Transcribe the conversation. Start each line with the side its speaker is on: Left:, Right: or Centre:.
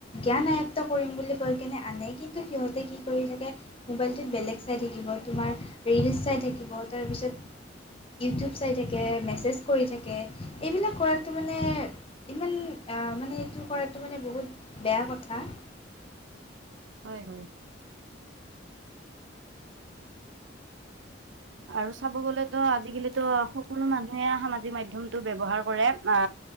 Left: জ্ঞান আয়ত্ত কৰিম বুলি কৈ কিনে আনে, কিন্তু সিহঁতে কি কৰি থাকে মোবাইলটোত বেলেগ চাই থাকিব। তোমাৰ ৰিলচ চাই থাকিব তাৰপিছত ইউটিউব চাই থাকে, মেছেজ কৰি থাকে। এইবিলাক কৰাতো মানে ইমান মানে এইটো কৰাতটো মানে বহুত বেয়া কথা।
Right: হয়, হয়। আৰু চাব গলেতো সকলো মানুহে সামাজিক মাধ্যয়মতটো ব্যৱহাৰ কৰে, আ